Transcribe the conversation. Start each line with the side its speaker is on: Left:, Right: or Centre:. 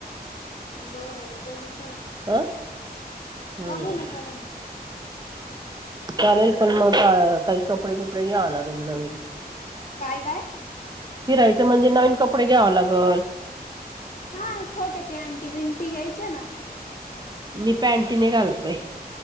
Left: बर बहघु चला.
Right: हं हं.
Left: बघू ना चला ना.
Right: चालेल पण मग काही कपडे बिपडे घ्यावं लागेल नवीन
Left: काय काय
Right: फिरायचं म्हणजे नवीन कपडे घ्याव लागल.
Left: हा छोटे पॅंटी बींटी घ्यायचा ना.
Right: मी पॅंटी नाही घालत बाई.